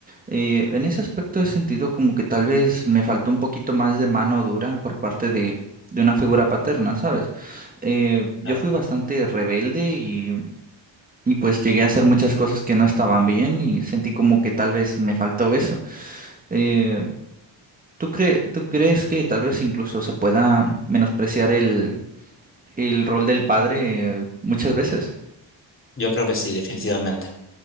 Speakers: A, on the right; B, on the left.
A: eh, en ese aspecto he sentido como que tal vez me faltó un poquito más de mano dura por parte de, de una figura paterna, ¿sabes? Eh,
B: Claro.
A: yo fui bastante rebelde y, y pues llegué a hacer muchas cosas que no estaban bien y sentí como que tal vez me faltó eso. Eh, ¿Tú cre- tú crees que tal vez incluso se pueda menospreciar el, el rol del padre eh, muchas veces?
B: Yo creo que sí, definitivamente.